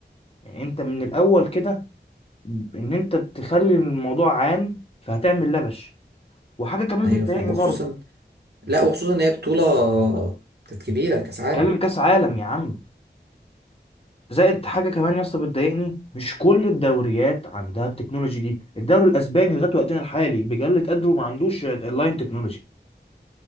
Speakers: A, on the left; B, on the right.
A: يعني انت من الاول كده ان انت تخلي الموضوع عام فهتعمل لبش وحاجه كمان
B: ايوه
A: بتضايقني
B: فاهم وخصوصا
A: برضه
B: لا وخصوصا ان هي بطولة كانت كبيرة كاس عالم
A: هتكلم كاس عالم
B: مم.
A: يا عم زائد حاجه كمان يا اسطى بتضايقني مش كل الدوريات عندها التكنولوجي دي الدوري الاسباني لغايه وقتنا الحالي بجلة قدره ما عندوش اللاين تكنولوجي